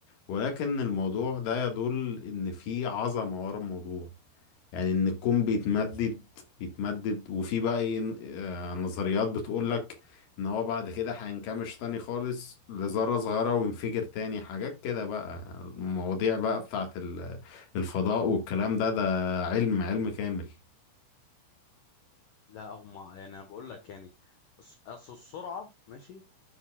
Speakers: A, on the left; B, on the left.
A: ولكن الموضوع ده يدل ان في عظمة ورا الموضوع يعني ان الكون بيتمدد يتمدد وفي بقى ايه آه، نظريات بتقولك ان هو بعد كده هينكمش تاني خالص لذرة صغيرة وينفجر تاني حاجات كده بقى المواضيع بقى بتاعت ال- الفضاء والكلام ده ده علم علم كامل
B: لا هم يعني انا بقول لك يعني الس- اصل السرعه ماشي